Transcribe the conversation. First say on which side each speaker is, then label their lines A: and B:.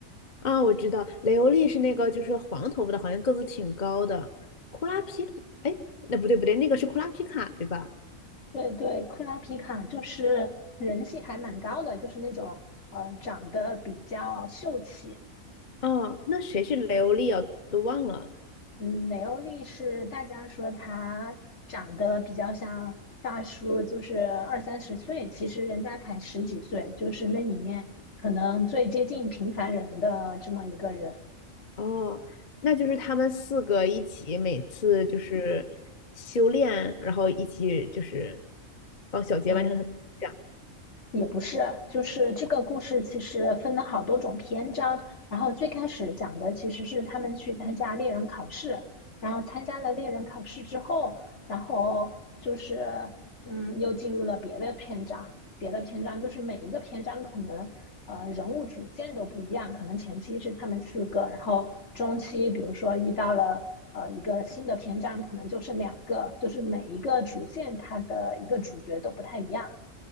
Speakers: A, on the left (about 35°); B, on the left (about 60°).
A: 啊，我知道，雷欧利是那个就是黄头发的，好像个子挺高的。库拉皮哎，那不对不对，那个是库拉皮卡对吧？
B: 对对，库拉皮卡就是人气还蛮高的，就是那种呃长得比较秀气。
A: 哦，那谁是雷欧利啊？都忘了。
B: 嗯，雷欧利是大家说他长得比较像大叔，就是二三十岁，其实人家才十几岁，就是那里面可能最接近平凡人的这么一个人。
A: 哦，那就是他们四个一起，每次就是修炼，然后一起就是帮小杰完成他的梦想。
B: 嗯。也不是，就是这个故事其实分了好多种篇章，然后最开始讲的其实是他们去参加猎人考试，然后参加了猎人考试之后，然后就是嗯，又进入了别的篇章，别的篇章就是每一个篇章可能呃人物主线都不一样，可能前期是他们四个，然后中期比如说遇到了呃一个新的篇章，可能就剩两个，就是每一个主线它的一个主角都不太一样。